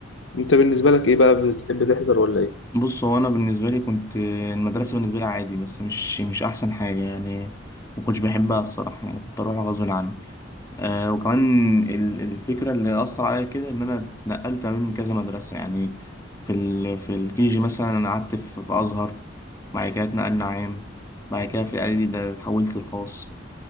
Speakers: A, on the left; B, on the left.
A: أنت بالنسبة لك إيه بقى بتحب تحضر ولا إيه؟
B: بص هو أنا بالنسبة لي كنت المدرسة بالنسبة لي عادي بس مش مش أحسن حاجة يعني ما كنتش بحبها الصراحة يعني كنت أروح غصب عني آه وكمان ال- الفكرة اللي أثر عليا كده إن أنا اتنقلت من كذا مدرسة يعني في ال في الكيجي مثلا أنا قعدت في, في أزهر بعد كده اتنقلنا عام بعد كده في الإعدادي ده اتحولت للخاص